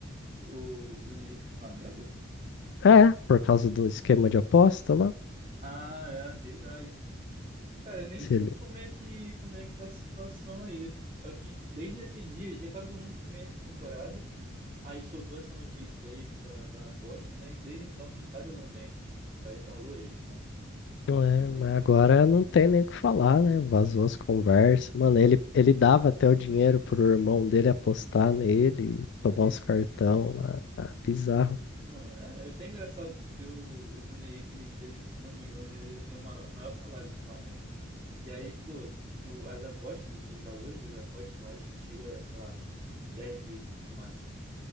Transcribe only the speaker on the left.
É, por causa do esquema de aposta lá.
Se
ele...
É,
mas
agora não tem nem o que falar, né? Vazou
as conversas. Mano, ele, ele dava até o dinheiro pro irmão dele apostar nele,
tomar os cartão lá. Ah, bizarro.